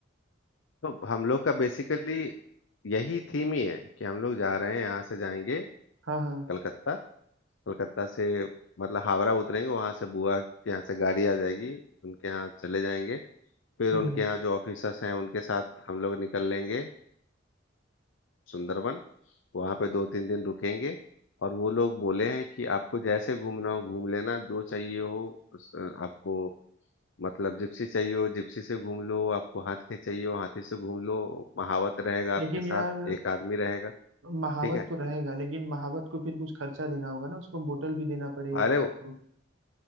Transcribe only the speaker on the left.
तो हम लोग का बेसिकली यही थीम ही है कि हम लोग जा रहे हैं यहाँ से जाएंगे
कलकत्ता कलकत्ता से मतलब हावड़ा उतरेंगे वहां से बुआ के यहाँ से गाड़ी आ जाएगी उनके यहाँ चले जाएंगे फिर
उनके यहाँ जो ऑफिसर्स हैं उनके साथ हम लोग निकल लेंगे सुंदरबन वहां पे दो तीन दिन रुकेंगे और वो लोग बोले हैं कि आपको जैसे घूमना हो घूम लेना जो चाहिए हो उस- आपको मतलब जिप्सी चाहिए हो जिप्सी से घूम लो आपको हाथी चाहिए हो हाथी से घूम लो महावत रहेगा आपके
साथ
एक आदमी रहेगा
ठीक है
अरे